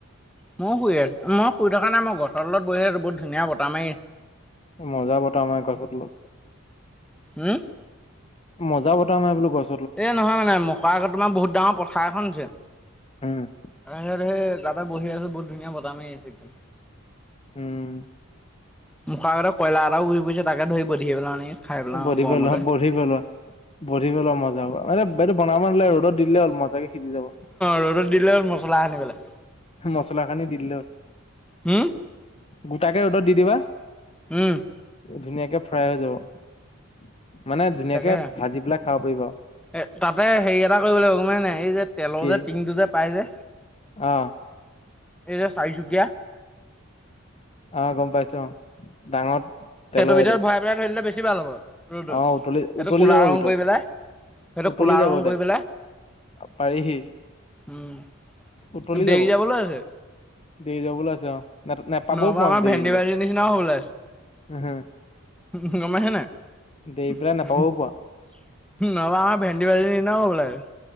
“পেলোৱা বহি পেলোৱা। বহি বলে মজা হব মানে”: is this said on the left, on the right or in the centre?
Left